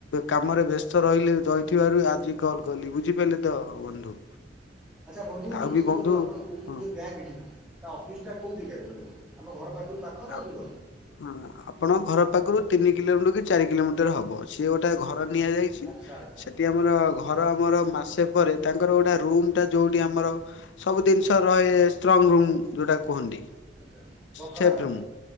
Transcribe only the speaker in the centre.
ଆଚ୍ଛା ବନ୍ଧୁ
ସେ
ଯୋଉ ଆପଣ କହୁଛନ୍ତି
ଯୋଉ ବ୍ୟାଙ୍କ ଏଠି ତା ଅଫିସଟା କେଉଁ ଜାଗାରେ ରହିବ ଆମ ଘର ପାଖରୁ ପାଖ ନା
ଦୂର
ଆଚ୍ଛା ଆଚ୍ଛା
ହୁଁ
ଆଚଛା ବଖରା
ଘର